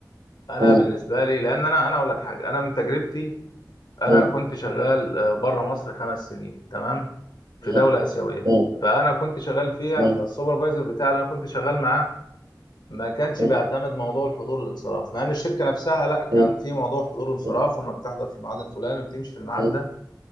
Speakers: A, on the left; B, on the right.
A: انا
B: م-
A: بالنسبه لي لان انا انا اقول لك حاجه انا من تجربتي انا
B: م-
A: كنت شغال بره مصر خمس سنين تمام في
B: م-
A: دوله اسيويه
B: م-
A: فانا كنت شغال فيها
B: م-
A: فالسوبرفايزر بتاعي اللي انا كنت شغال معاه ما كانش
B: م-
A: بيعتمد
B: م-
A: موضوع الحضور الانصراف مع ان الشركه نفسها لا كان
B: م-
A: في موضوع حضور انصراف
B: م-
A: وانك تحضر في الميعاد الفلاني وتمشي في الميعاد
B: م- م-
A: ده